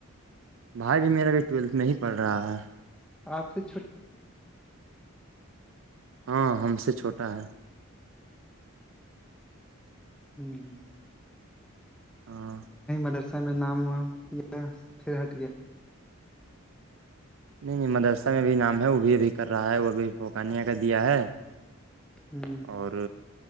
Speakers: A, on the right; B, in the centre.
A: بھائی بھی میرا ا بھیھی ٹویلتھ میں ہی پڑھ رہا ہے
B: آپ سے چھ
A: ہاں ہم سے چھوٹا ہے
B: ہوں
A: ہاں
B: مدرسہ میں ناما فھر ہاٹ گیا
A: نہیں نہیں مدرسہ میں بھی نام ہے وہ بھی ابھی کر رہا ہے وہ ابھی فوکانیہ کا دیا ہے
B: ہوں
A: اور